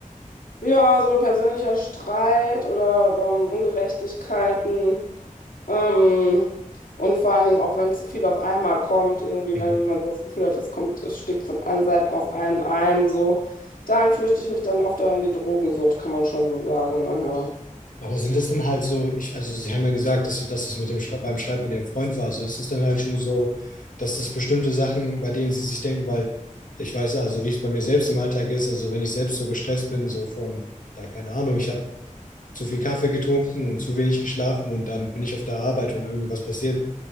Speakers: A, on the left; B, on the left.
A: Ja, so persönlicher Streit oder ähm, Ungerechtigkeiten. Ähm, und vor allen Dingen auch, wenn zu viel auf einmal kommt, irgendwie,
B: Mhm.
A: wenn man so das Gefühl hat, es kommt, es stickt von allen Seiten auf einen ein, so. Dann flüchte ich mich dann oft da in die Drogensucht, kann man schon so sagen. Naja.
B: Aber sind es dann halt so, ich, also Sie haben ja gesagt, dass, dass es mit dem Schrei- beim Schreiben mit Ihrem Freund war. Also ist es dann halt schon so, dass das bestimmte Sachen, bei denen Sie sich denken, weil ich weiß ja, also wie es bei mir selbst im Alltag ist, also wenn ich selbst so gestresst bin, so von, ja, keine Ahnung, ich habe zu viel Kaffee getrunken und zu wenig geschlafen und dann bin ich auf der Arbeit und irgendwas passiert.